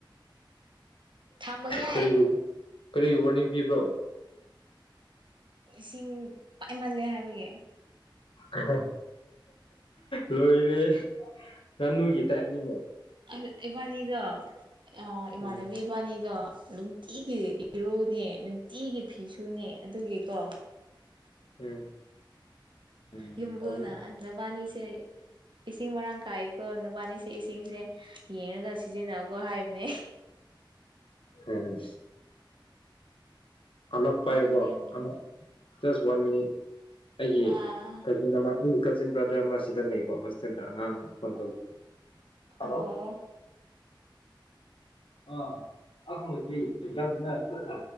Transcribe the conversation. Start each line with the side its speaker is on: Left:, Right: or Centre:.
Right: ꯊꯝꯃꯒꯦ
Left: ꯀꯔꯤꯒꯤ ꯀꯔꯤꯒꯤ ꯋꯥꯔꯅꯤꯡ ꯄꯤꯕ꯭ꯔꯣ
Right: ꯏꯁꯤꯡ ꯄꯥꯏꯃꯜꯂꯦ ꯍꯥꯏꯕꯒꯤ
Left: ꯍ ꯂꯣꯏꯔꯦ ꯉꯥꯅꯨꯒꯤ ꯇꯥꯏꯞꯅꯤꯅꯦ
Right: ꯑꯠ ꯏꯕꯥꯅꯤꯗꯣ ꯑꯥ ꯏꯃꯥꯟꯅꯕꯤ
Left: ꯎꯝ
Right: ꯏꯕꯥꯅꯤꯗꯣ ꯅꯨꯡꯇꯤꯒꯤ ꯏꯔꯨꯅꯦ ꯅꯨꯡꯇꯤꯒꯤ ꯐꯤꯁꯨꯅꯦ ꯑꯗꯨꯒꯤꯀꯣ
Left: ꯎꯝ ꯎꯝ
Right: ꯌꯨꯝꯕꯨꯅ ꯅꯕꯥꯅꯤꯁꯦ ꯏꯁꯤꯡ ꯃꯔꯥꯡ ꯀꯥꯏꯀꯣ ꯅꯕꯥꯅꯤꯁꯦ ꯏꯁꯤꯡꯁꯦ ꯌꯦꯡꯉꯒ ꯁꯤꯖꯤꯟꯅꯧꯀꯣ ꯍꯥꯏꯕꯅꯦ
Left: ꯎꯝ ꯑꯃꯛ ꯄꯥꯏꯌꯨꯀꯣ
Right: ꯅꯣꯛꯅꯤꯡꯕꯅꯦ
Left: ꯑꯃꯛ ꯖꯁ ꯋꯥꯟ ꯃꯤꯅꯤꯠ ꯑꯩꯒꯤ
Right: ꯑꯥ
Left: ꯀꯖꯤꯟ ꯑꯃ ꯑꯩꯒꯤ ꯀꯖꯤꯟ ꯕ꯭ꯔꯗꯔ ꯑꯃ ꯁꯤꯗ ꯂꯩꯕ ꯍꯣꯁꯇꯦꯜꯗ ꯑꯉꯥꯡꯅꯦ ꯐꯣꯟ ꯇꯧꯕꯤꯌꯣ ꯍꯂꯣ
Right: ꯑꯣ
Left: ꯑꯥ ꯑꯛ ꯂꯣꯏꯗꯤ ꯑꯦꯛꯖꯥꯝꯅ <unintelligible>